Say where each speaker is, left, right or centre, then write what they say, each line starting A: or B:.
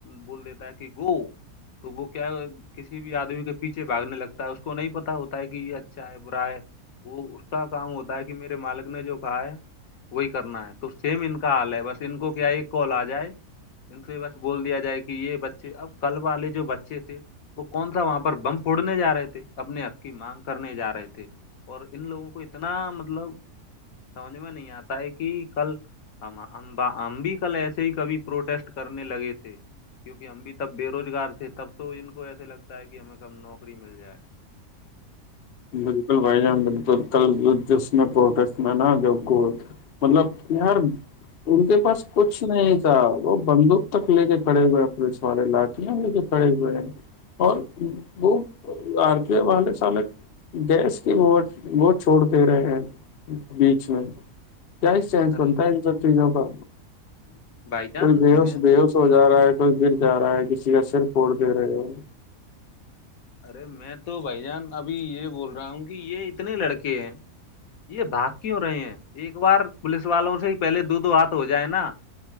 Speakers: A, on the left (about 70°); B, on the left (about 50°).
A: بول دیتا ہے کہ گو تو وہ کیا کسی بھی آدمی کے پیچھے بھاگنے لگتا ہے اس کو نہیں پتا ہوتا ہے کہ یہ اچھا ہے برا ہے وہ اس کا کام ہوتا ہے کہ میرے مالک نے جو کہا ہے وہی کرنا ہے تو سیم ان کا حال ہے بس ان کو کیا ایک کال آ جائے ان سے بس بول دیا جائے کہ یہ بچے اب کل والے جو بچے تھے وہ کون سا وہاں پر بم پھوڑنے جا رہے تھے اپنے حق کی مانگ کرنے جا رہے تھے <unintelligible> اور ان لوگوں کو اتنا مطلب سمجھ میں نہیں آتا کہ کل ہم ہم بھی کل ایسے ہی کبھی پروٹیسٹ کرنے لگے تھے کیونکہ ہم بھی تب بے روزگار تھے تب تو ان کو ایسے لگتا ہے کہ ہمیں کب نوکری مل جائے
B: بالکل بھائی جان ب کل جس میں پروسٹ میں نا جو <unintelligible> مطلب یار ان کے پاس کچھ نہیں اھا وہ بندوق تک لے کے کھڑے ہوئے پولیس والے لاٹیاں لے کے کھڑے ہوئے اور وہ آارتی ہے والے سالے گیس کی وہ وہ چھوڑ دے رہے ہیں بیچ میں کیا ایکچینس
A: ارے
B: بنتا ہے ان سب چیزوں کا
A: بھائی جان
B: کوئی بش
A: میں
B: ب
A: تو
B: ہوش ہو جا رہا ہے کوئی گر جا رہا ہے کسی کا سر پھوڑ دے رہے ہو
A: ارے میں تو بھائی جان ابھی یہ بول رہا ہوں کہ یہ اتنے لڑکے ہیں یہ بھگ کیوں رہے ہیں ایک بار پولیس والوں سے ہی پہلے دو دو ہاتھ ہو جائے نا